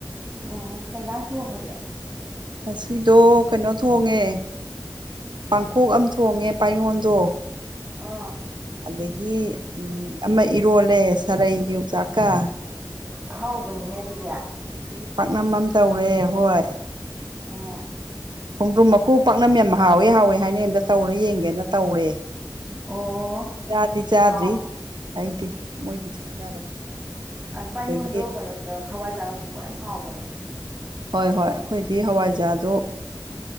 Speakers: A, on the right; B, on the right.
A: ꯑꯣ ꯀꯩꯩ ꯏꯟꯁꯥꯡ ꯊꯣꯡꯉꯥꯒꯦ
B: ꯉꯁꯤꯗꯣ ꯀꯥꯅꯣ ꯊꯣꯡꯉꯦ ꯄꯥꯡꯈꯣꯛ ꯑꯝ ꯊꯣꯡꯉꯦ ꯄꯥꯏꯑꯣꯟꯗꯣ
A: ꯑꯥ
B: ꯑꯗꯥꯒꯤ ꯑꯝ ꯑꯃꯥ ꯏꯔꯣꯜꯂꯦ ꯁꯥꯔꯩꯒ ꯌꯣꯡꯆꯥꯛꯀ
A: ꯑꯍꯥꯎꯕꯅꯤꯅꯦ ꯑꯗꯨꯗꯤ
B: ꯑꯗꯩꯗꯤ ꯄꯥꯛꯅꯝ ꯑꯃꯥ ꯇꯧꯔꯦ ꯍꯣꯏ
A: ꯑꯥ
B: ꯈꯣꯡꯗ꯭ꯔꯨꯝ ꯃꯈꯀ ꯄꯥꯛꯅꯝ ꯌꯥꯝ ꯍꯥꯎꯏ ꯍꯥꯎꯏ ꯍꯥꯏꯅꯩ ꯑꯥꯝꯇ ꯇꯧꯔꯦ ꯌꯦꯡꯒꯦꯅ ꯇꯧꯔꯦ
A: ꯑꯣ
B: ꯆꯥꯗꯤ ꯆꯥꯗ꯭ꯔꯤ
A: ꯍꯥꯎ
B: ꯑꯩꯗꯤ ꯃꯣꯏꯗꯤ ꯆꯥꯅꯔꯦ
A: ꯑꯥ
B: ꯑꯗꯒꯤ
A: ꯄꯥꯌꯣꯟꯗꯨ ꯀꯩꯅꯣ ꯍꯋꯥꯏꯖꯥ꯭ꯔꯒ ꯊꯣꯡꯕ ꯌꯥꯝ ꯍꯥꯎꯕꯅꯦ
B: ꯍꯣꯏ ꯍꯣꯏ ꯑꯈꯣꯏꯗꯤ ꯍꯋꯥꯏꯖꯥ꯭ꯔꯗꯨ